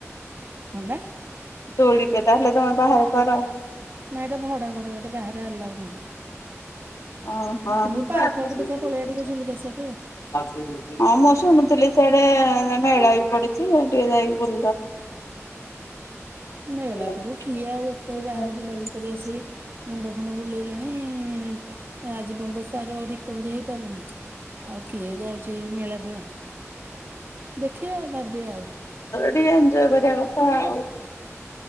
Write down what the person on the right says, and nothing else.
କଣ ଟା
ନା ଏଟା ଭଡା ଘର ଏଟେ ବାହାରେ ଆଲାଉ ନାହିଁ।
କିନ୍ତୁ ପାର୍କ ଫାର୍କ ଦେଖିଆ ପଳେଇବା ଟିକେ ଝୁଲିକି ଆସିବା ପାଇଁ।
<inaudible>